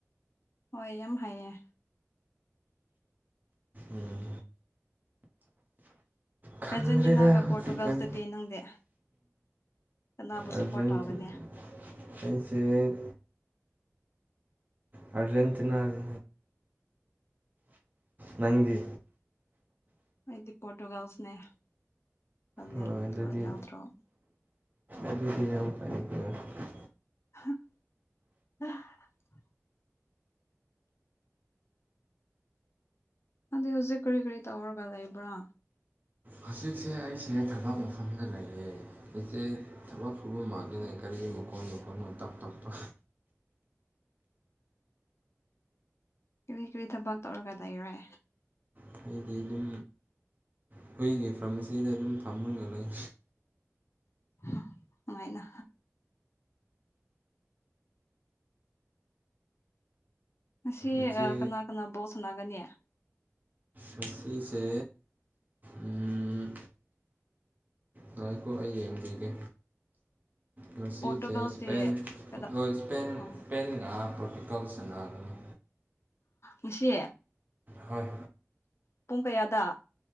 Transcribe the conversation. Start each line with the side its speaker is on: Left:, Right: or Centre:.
Left: ꯍꯣꯏ ꯌꯥꯝ ꯍꯩꯌꯦ
Right: ꯎꯝ ꯈꯪꯗ꯭ꯔꯦꯗ
Left: ꯑꯔꯖꯦꯟꯇꯤꯅꯥꯒ
Right: ꯍꯧꯖꯤꯛꯀꯥꯟ
Left: ꯄꯣꯔꯇꯨꯒꯥꯜ ꯗꯥꯗꯤ ꯅꯪꯗꯤ ꯀꯅꯥꯕꯨ
Right: ꯑꯥꯔꯖꯦꯟꯇꯤꯅꯥ
Left: ꯁꯥꯞꯄꯣꯠ ꯇꯧꯒꯅꯤ
Right: ꯑꯩꯁꯦ ꯑꯔꯖꯦꯟꯇꯤꯅꯥꯅꯤꯗꯥ ꯅꯪꯗꯤ
Left: ꯑꯩꯗꯤ ꯄꫭꯔꯇꯨꯒꯥꯜꯅꯦ ꯔꫭꯅꯦꯜ
Right: ꯑꯣ ꯑꯗꯨꯗꯤ
Left: ꯔꫭꯅꯥꯜꯗꫭꯔ
Right: ꯑꯗꯨꯗꯤ ꯌꯥꯝ ꯐꯩꯌꯦ <unintelligible>
Left: <unintelligible> ꯑꯗꯨꯗꯤ ꯍꯧꯖꯤꯛ ꯀꯔꯤ ꯀꯔꯤ ꯇꯧꯔꯒ ꯂꯩꯕ꯭ꯔꯥ
Right: ꯍꯧꯖꯤꯛꯁꯦ ꯑꯩꯁꯦ ꯊꯕꯛ ꯃꯐꯝꯗ ꯂꯩꯌꯦ ꯏꯆꯦ ꯊꯕꯛ ꯈꯨꯕꯝꯃꯛꯅ ꯀꯔꯤ ꯃꯈꯣꯟ ꯃꯈꯣꯟꯅꯣ ꯇꯞ ꯇꯞ ꯇ
Left: ꯀꯔꯤ ꯀꯔꯤ ꯊꯕꯛ ꯇꯧꯔꯒ ꯂꯩꯔꯦ꯫
Right: <unintelligible> ꯑꯈꯣꯏꯒꯤ ꯐꯥꯔꯃꯥꯁꯤꯗ ꯑꯗꯨꯝ ꯐꯥꯝꯝꯕ ꯉ ꯂꯩ꯫
Left: ꯍꯨꯝ ꯅꯨꯡꯉꯥꯏꯅ ꯉꯁꯤ
Right: ꯏꯆꯦ
Left: ꯀꯅꯥ ꯀꯅꯥ ꯕꯣꯠ ꯁꯥꯟꯅꯥꯒꯅꯤ꯫
Right: ꯉꯁꯤꯁꯦ ꯎꯝ ꯉꯀꯣ ꯑꯩ ꯌꯦꯡꯕꯤꯒꯦ꯫ ꯉꯁꯤꯁꯦ
Left: ꯄꯣꯔꯇꯨꯒꯜꯁꯦ
Right: ꯏꯁꯄꯦꯟꯣꯏ
Left: ꯀꯗꯥ
Right: ꯏꯁꯄꯦꯟ ꯏꯁꯄꯦꯟꯒ
Left: ꯑꯣ
Right: ꯄꯣꯔꯇꯨꯀꯜ ꯁꯅꯒꯅꯤ꯫
Left: ꯉꯁꯤ
Right: ꯍꯣꯏ
Left: ꯄꯨꯡ ꯀꯌꯥꯗ